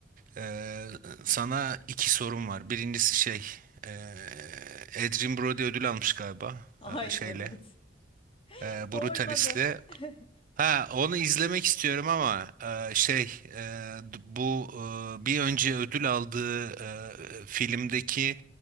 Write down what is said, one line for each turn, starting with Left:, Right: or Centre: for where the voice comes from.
Right: Ee, sana iki sorum var. Birincisi şey, ee, Adrien Brody ödül almış galiba
Left: Ay
Right: ee, şeyle,
Left: evet.
Right: ee,
Left: <laughs>
Right: Brutalis'le.
Left: Doymadı. <laughs>
Right: Ha onu izlemek istiyorum ama e, şey e, d- bu e, bir önce ödül aldığı e, filmdeki